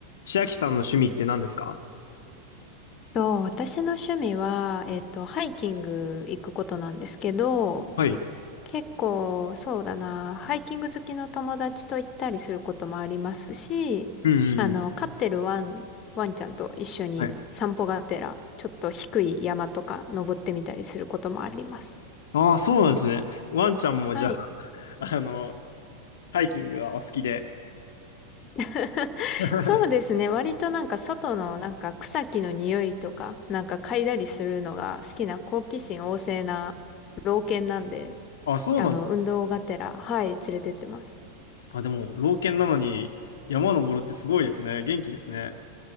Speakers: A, on the left (about 60°); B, on the left (about 30°).
A: 千秋さんの趣味って何ですか
B: と、私の趣味は、えっと、ハイキング行くことなんですけど、
A: はい。
B: 結構、そうだな、ハイキング好きの友達と行ったりすることもありますし、
A: うんうんうん。
B: あの、飼ってるワン、ワンちゃんと一緒に散歩がてら、
A: はい。
B: ちょっと低い山とか登ってみたりすることもあります。
A: ああ、そうなんですね。ワンちゃんもじゃあ、
B: はい。
A: <laughs> あの、ハイキングがお好きで。
B: <laughs>
A: <laughs>
B: そうですね。割となんか外のなんか草木の匂いとか、なんか嗅いだりするのが好きな好奇心旺盛な老犬なんで、
A: あ、そうなんだ。
B: あの、運動がてら、はい、連れてってます。
A: あ、でも、老犬なのに山登るってすごいですね。元気ですね。